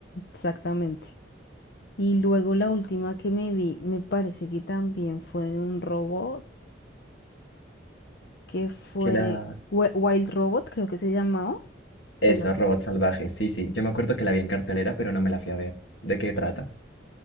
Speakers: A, on the left; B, on the left.
A: exactamente. Y luego la última que me vi, me parece que también fue de un robot, que fue
B: Que la...
A: Wi- Wild Robot, creo que se llamaba.
B: Eso,
A: Te lo-
B: Robot Salvaje, sí, sí. Yo me acuerdo que la vi en cartelera, pero no me la fui a ver. ¿De qué trata?